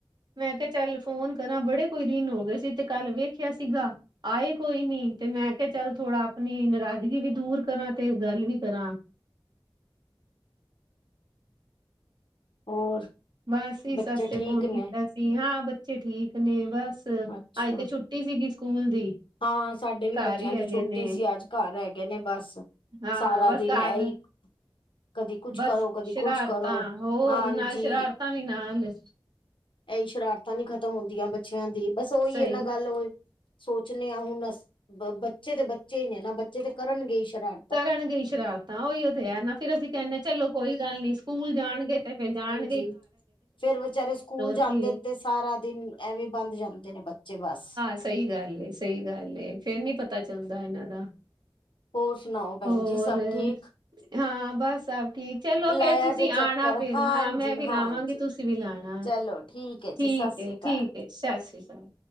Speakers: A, on the right (about 55°); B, on the left (about 70°).
A: ਮੈਂ ਕੇਆ ਚੱਲ ਫੋਨ ਕਰਾਂ, ਬੜੇ ਕੋਈ ਦਿਨ ਹੋ ਗੇ ਸੀ ਤੇ ਕੱਲ ਵੇਖਿਆ ਸੀਗਾ। ਆਏ ਕੋਈ ਨੀ, ਤੇ ਮੈਂ ਕੇਆ ਚੱਲ ਥੋੜਾ ਆਪਣੀ ਨਾਰਾਜ਼ਗੀ ਵੀ ਦੂਰ ਕਰਾਂ ਤੇ ਗੱਲ ਵੀ ਕਰਾਂ।
B: ਹੋਰ?
A: ਬੱਸ ਇਸ
B: ਬੱਚੇ
A: ਵਾਸ ਤੇ
B: ਠੀਕ
A: ਫੋਨ
B: ਨੇ
A: ਕੀਤਾ ਸੀ ਹਾਂ ਬੱਚੇ ਠੀਕ ਨੇ ਬਸ,
B: ਅੱਛਾ
A: ਅੱਜ ਤੇ ਛੁੱ ਟੀ ਸੀਗੀ ਸਕੂਲ ਦੀ।
B: ਹਾਂ ਸਾਡੇ ਵੀ
A: ਘਰ
B: ਬੱਚੇਆਂ
A: ਹੀ ਹੈਗੇ
B: ਦੀ ਛੁੱਟੀ
A: ਨੇ
B: ਸੀ, ਅੱਜ ਘੱਰ ਹੈਗੇ ਨੇ ਬੱਸ
A: ਹਾਂ
B: ਸਾਰਾ
A: ਬਸ
B: ਦਿਨ
A: ਘਰ
B: ਐਂ ਈ ਕਦੀ ਕੁਛ
A: ਬਸ
B: ਕਰੋ, ਕਦੀ
A: ਸ਼ਰਾਰਤਾਂ
B: ਕੁਛ ਕਰੋ,
A: ਹੋਰ
B: ਹਾਂਜੀ।
A: ਨਾਲ ਸ਼ਰਾਰਤਾਂ ਵੀ ਨਾਲ
B: ਐਈ ਸ਼ਰਾਰਤਾਂ ਨੀ ਖ਼ਤਮ ਹੁੰਦੀਆਂ ਬੱਚੇਆਂ ਦੀ ਬੱਸ ਓਈ
A: ਸਹੀ
B: ੲੈ ਨਾ ਗੱਲ ਓ ਚਣੇ ਆ ਹੁਣ ਅਸ, ਬ ਬੱਚੇ ਤੇ ਬੱਚੇ ਈ ਨੇ ਨਾ ਬੱਚੇ ਤੇ ਕਰਨਗੇ ਈ ਸ਼ਰਾ
A: ਕਰਨਗੇ ਈ ਸ਼ਰਾਰਤਾਂ ਓਈ ਓ ਤੇੇ ਹੈ ਨਾ ਫਿਰ ਅਸੀਂ ਕੈੰਦੇ ਹਾਂ ਚਲੋ ਕੋਈ ਗੱਲ ਨੀ ਸਕੂਲ ਜਾਣਗੇ ਤੇ ਫੇਰ ਜਾਣ
B: ਜੀ, ਫੇਰ ਵਚਾਰੇ ਸਕੂਲ ਜਾਂਦੇ
A: ਕੀ ਹੈ।
B: ਨੇ ਤੇ ਸਾਰਾ ਦਿਨ ਐਵੇਂ ਬੰਦ ਜਾਂਦੇ ਨੇ ਬੱਚੇ ਬੱਸ
A: ਸਈ ਗੱਲ ਏ, ਸਈ ਗੱਲ ਏ ਫੇਰ ਨੀ ਪਤਾ ਚੱਲਦਾ ਏਨਾਂ ਦਾ
B: ਹੋਰ ਸੁਣਾਓ ਭੈਣ
A: ਹੋਰ,
B: ਜੀ ਸਭ ਠੀਕ?
A: ਹਾਂ ਬੱਸ ਸੱਭ ਠੀਕ ਚਲੋ ਫੇਰ
B: ਲਾਇਆ
A: ਤੁ ਤਸੀਂ
B: ਜੇ ਚੱਕਰ
A: ਆਣਾ ਫੇਰ
B: ਹਾਂਜੀ-ਹਾਂਜੀ।
A: ਹਾਂ ਮੈਂ ਵੀ ਲਾਵਾਂਗੀ ਤੁਸੀਂ ਵੀ ਲਾਣਾ
B: ਚਲੋ ਹੈ
A: ਠੀਕ
B: ਜੀ ਸਤਿ ਸ੍ਰੀ
A: ਏ
B: ਅਕਾਲ।
A: ਠੀਕ ਸਾਸ਼੍ਰੀ ਕਾਲ।